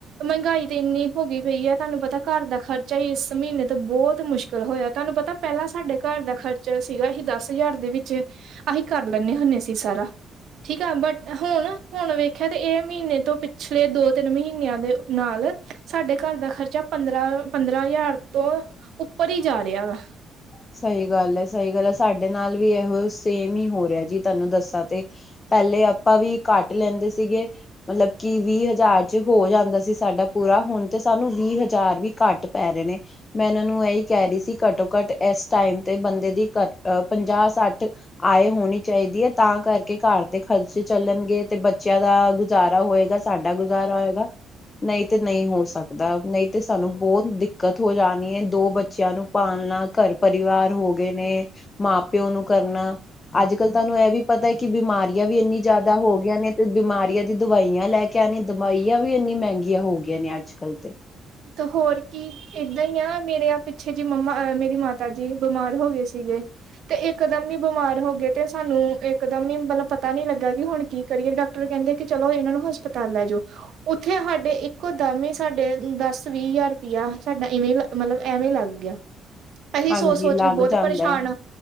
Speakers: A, on the right; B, on the left.
A: ਮਹਿੰਗਾਈ ਤੇ ਇੰਨੀ ਹੋ ਗਈ ਪਈ ਐ ਤੁਹਾਨੂੰ ਪਤਾ ਘਰ ਦਾ ਖਰਚਾ ਈ ਇਸ ਮਹੀਨੇ ਤੋਂ ਬਹੁਤ ਮੁਸ਼ਕਿਲ ਹੋਇਆ ਤੁਹਾਨੂੰ ਪਤਾ ਪਹਿਲਾਂ ਸਾਡੇ ਘਰ ਦਾ ਖ਼ਰਚਾ ਸੀਗਾ ਅਸੀਂ ਦਸ ਹਜ਼ਾਰ ਦੇ ਵਿੱਚ। ਅਸੀਂ ਕਰ ਲੈਂਦੇ ਹੁੰਦੇ ਸੀ ਸਾਰਾ। ਠੀਕ ਆ' ਬਟ ਹੁਣ ਹੁਣ ਵੇਖਿਆ ਤੇ ਏ ਮਹੀਨੇ ਤੋਂ ਪਿਛਲੇ ਦੋ ਤਿੰਨ ਮਹੀਨਿਆਂ ਦੇ ਨਾਲ ਸਾਡੇ ਘਰ ਦਾ ਖਰਚਾ ਪੰਦਰਾਂ ਪੰਦਰਾਂ ਹਜ਼ਾਰ ਤੋਂ ਉੱਪਰ ਈ ਜਾ ਰਿਹਾ ਵਾ।
B: ਸਹੀ ਗੱਲ ਐ ਸਹੀ ਗੱਲ ਐ ਸਾਡੇ ਨਾਲ ਵੀ ਇਹੋ ਸੇਮ ਹੀ ਹੋ ਰਿਹਾ ਜੀ ਤੁਹਾਨੂੰ ਦੱਸਾਂ ਤੇ। ਪਹਿਲੇ ਆਪਾਂ ਵੀ ਘੱਟ ਲੈਂਦੇ ਸੀਗੇ। ਮਤਲਬ ਕਿ ਵੀਹ ਹਜ਼ਾਰ ਚ ਹੋ ਜਾਂਦਾ ਸੀ ਸਾਡਾ ਪੂਰਾ ਹੁਣ ਤੇ ਸਾਨੂੰ ਵੀਹ ਹਜ਼ਾਰ ਵੀ ਘੱਟ ਪੈ ਰੇ ਨੇ। ਮੈਂ ਇਹਨਾਂ ਨੂੰ ਇਹੀ ਕਹਿ ਰਹੀ ਸੀ ਘੱਟੋ ਘੱਟ ਇਸ ਟਾਈਮ ਤੇ ਬੰਦੇ ਦੀ ਪੰਜਾਹ ਸੱਠ ਆਏ ਹੋਣੀ ਚਾਹੀਦੀ ਐ ਤਾਂ ਕਰਕੇ ਘਰ ਦੇ ਖਰਚੇ ਚੱਲਣਗੇ ਤੇ ਬੱਚਿਆਂ ਦਾ ਗੁਜ਼ਾਰਾ ਹੋਏਗਾ। ਤੁਹਾਡਾ ਗੁਜ਼ਾਰਾ ਹੋਏਗਾ। ਨਹੀਂ ਤੇ ਨਹੀਂ ਹੋ ਸਕਦਾ ਨਹੀਂ ਤੇ ਸਾਨੂੰ ਬਹੁਤ ਦਿੱਕਤ ਹੋ ਜਾਣੀ ਐ ਦੋ ਬੱਚਿਆਂ ਨੂੰ ਪਾਲਣਾ। ਘਰ ਪਰਿਵਾਰ ਹੋ ਗਏ ਨੇ ਮਾਂ ਪਿਓ ਨੂੰ ਕਰਨਾ। ਅੱਜ ਕੱਲ ਤੁਹਾਨੂੰ ਇਹ ਵੀ ਪਤਾ ਹੈ ਕਿ ਬਿਮਾਰੀਆਂ ਵੀ ਇੰਨੀ ਜ਼ਿਆਦਾ ਹੋ ਗਈਆਂ ਨੇ ਤੇ ਬਿਮਾਰੀਆਂ! ਦੀ ਦਵਾਈਆਂ ਲੈ ਕੇ ਆਉਣੀ ਦਵਾਈਆਂ ਵੀ ਇੰਨੀ ਮਹਿੰਗੀਆਂ ਹੋ ਗਈਆਂ ਨੇ ਅੱਜ ਕੱਲ੍ਹ ਤੇ।
A: ਤਾਂ ਹੋਰ ਕੀ ਏਦਾਂ ਹੀ ਆ ਮੇਰੇ ਪਿੱਛੇ ਜੀ ਮੰਮਾ ਮੇਰੀ ਮਾਤਾ ਜੀ ਬਿਮਾਰ ਹੋ ਗਏ ਸੀਗੇ। ਤੇ ਇਕ ਦਮ ਹੀ ਬਿਮਾਰ ਹੋ ਗਏ ਤੇ ਸਾਨੂੰ ਇਕ ਦਮ ਹੀ ਮਤਲਬ ਪਤਾ ਨੀ ਲੱਗਾ ਕਿ ਹੁਣ ਕੀ ਕਰੀਅਰ ਡਾਕਟਰ ਕਹਿੰਦੇ ਕਿ ਚਲੋ ਇਹਨਾਂ ਨੂੰ ਹਸਪਤਾਲ ਲੈ ਜਾਓ। ਉੱਥੇ ਹਾਡੇ ਇੱਕੋ ਦਮ ਸਾਡੇ ਦਾਦੀ ਵੀਹ ਹਜ਼ਾਰ ਰੁਪਇਆ ਸਾਡਾ ਇਵੇਂ ਮਤਲਬ ਐਵੇਂ ਲੱਗ ਗਿਆ। ਅਸੀਂ
B: ਹਾਂਜੀ
A: ਸੋਚ ਸੋਚ
B: ਲੱਗ
A: ਕੇ ਬਹੁਤ
B: ਜਾਂਦਾ
A: ਪਰੇਸ਼ਾਨ,
B: ਹੈ